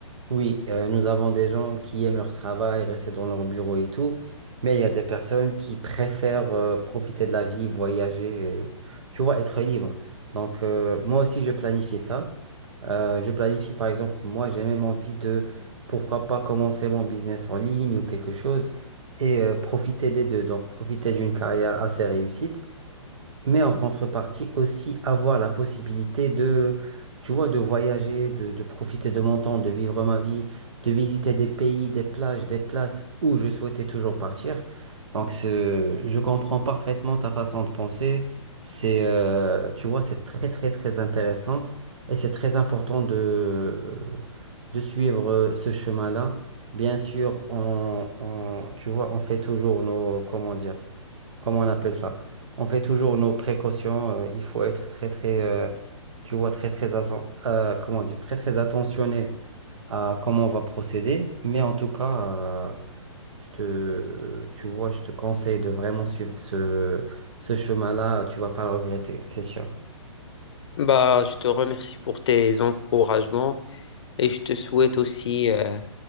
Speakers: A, on the right (about 70°); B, on the left (about 60°).
A: Oui, euh, nous avons des gens qui aiment leur travail, rester dans leur bureau et tout, mais il y a des personnes qui préfèrent euh, profiter de la vie, voyager, et, tu vois, être libre. Donc euh, moi aussi, je planifie ça. Euh, je planifie par exemple, moi j'ai même envie de, pourquoi pas commencer mon business en ligne ou quelque chose et euh, profiter des deux. Donc profiter d'une carrière assez réussie mais en contrepartie aussi avoir la possibilité de, tu vois, de voyager, de, de profiter de mon temps, de vivre ma vie, de visiter des pays, des plages, des places où je souhaitais toujours partir. Donc, ce- je comprends parfaitement ta façon de penser. C'est, euh, tu vois, c'est très, très, très intéressant et c'est très important de, de suivre euh, ce chemin-là. Bien sûr, on, on- tu vois, on fait toujours nos, comment dire, comment on appelle ça? On fait toujours nos précautions. euh, il faut être très très, euh, tu vois, très très atten- euh, comment dire, très très attentionné à comment on va procéder. Mais en tout cas, euh, je te, tu vois, je te conseille de vraiment suivre ce ce chemin-là. Tu vas pas le regretter, c'est sûr.
B: Bah, je te remercie pour tes encouragements et je te souhaite aussi euh,